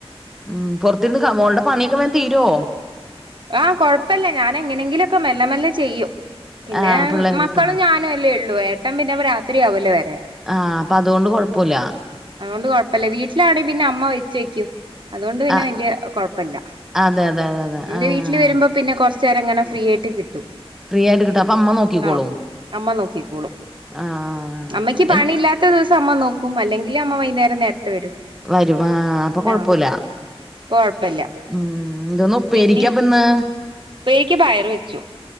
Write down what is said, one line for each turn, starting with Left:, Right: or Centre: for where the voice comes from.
Centre: ഉം പുറത്തിരുന്ന് മോളുടെ പണിയൊക്കെ വേൻ തീരുമോ
Right: ആഹ് കൊഴപ്പല്ല ഞാാനെങ്ങനെയെങ്കിലുംക്കെ മെല്ലെ മെല്ലെ ചെയ്യും പിന്നെ
Centre: ആഹ് പിള്ളേരെട്ടൂല
Right: മക്കളും ഞാനും അല്ലേ ഉള്ളൂ ഏട്ടൻ പിന്നെപ്പ രാത്രിയാവുല്ലേ വരാൻ
Centre: ആഹ് അപ്പൊ അതൊണ്ട് കൊഴപ്പോല്ല
Right: അതുകൊണ്ട് കൊഴപ്പല്ല വീട്ടിലാണെങ്കിൽ പിന്നെ അമ്മ വെച്ച് വെക്കൂം അതുകൊണ്ട് പിന്നെ
Centre: ആഹ്
Right: വലിയ കുഴപ്പല്ല
Centre: അതെ അതെ അതെ അതെ
Right: ന്റെ
Centre: ആഹ്
Right: വീട്ടിൽ വരുമ്പം പിന്നെ കൊറച്ച് നേരം ഇങ്ങനെ ഫ്രീ ആയിട്ട് കിട്ടും
Centre: ഫ്രീ ആയിട്ട് കിട്ടും അപ്പൊ അമ്മ നോക്കിക്കോളും
Right: ആഹ് അമ്മ നോക്കിക്കോളും
Centre: ആഹ്
Right: അമ്മയ്ക്ക്
Centre: എ
Right: പണിയില്ലാത് ത്ത ദിവസം അമ്മ നോക്കും അല്ലെങ്കിൽ അമ്മ വൈകുന്നേരം നേരത്തെ വരും
Centre: വരും ആഹ് അപ്പൊ കൊഴപ്പൊല്ല
Right: ആഹ് ഇപ്പൊ കൊഴപ്പല്ല
Centre: ഉം ഇന്തോന്ന് ഉപ്പേരിക്കപ്പ്ന്ന്
Right: പിന്നെ ഉപ്പേരിക്ക് പയറ് വെച്ചു